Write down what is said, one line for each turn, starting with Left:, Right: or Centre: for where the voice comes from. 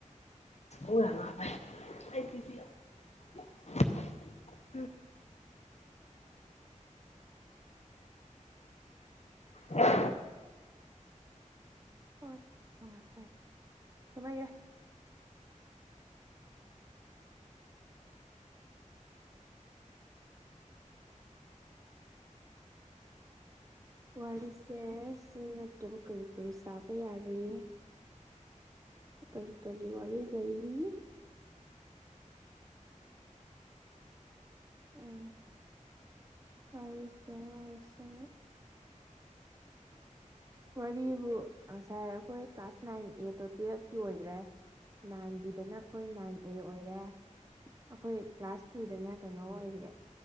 Left: ꯑꯣꯉ ꯐꯥꯏ ꯑꯩꯁꯤꯁꯤ <inaudible>
Right: ꯎꯝ
Left: ꯎꯝ
Right: ꯍ ꯍꯣꯏ ꯍꯣꯏ ꯅꯨꯡꯉꯥꯏ ꯍꯣꯏ ꯀꯃꯥꯏꯒꯦ ꯋꯥꯔꯤꯁꯦ ꯁꯤ ꯅꯠꯇꯕ ꯀꯔꯤ ꯀꯔꯤ ꯁꯥꯕ ꯌꯥꯔꯨꯏ ꯀꯔꯤ ꯀꯔꯤ ꯋꯥꯔꯤ ꯂꯩꯔꯤ ꯎꯝ ꯑꯣꯏꯁꯦ ꯑꯣꯏꯁꯦ ꯋꯥꯔꯤꯕꯨ ꯉꯁꯥꯏ ꯑꯩꯈꯣꯏ ꯀ꯭ꯂꯥꯁ ꯅꯥꯏꯟ ꯑꯦꯠꯇꯣ ꯇꯨꯋꯜꯕꯀꯤ ꯑꯣꯏꯈ꯭ꯔꯦ ꯅꯥꯏꯟ ꯕꯤꯗꯅ ꯑꯩꯈꯣꯏ ꯅꯥꯏꯟ ꯑꯦ ꯑꯣꯏꯔꯦ ꯑꯩꯈꯣꯏ ꯀ꯭ꯂꯥꯁ ꯇꯨꯗꯅ ꯀꯩꯅꯣ ꯑꯣꯏꯈ꯭ꯔꯦ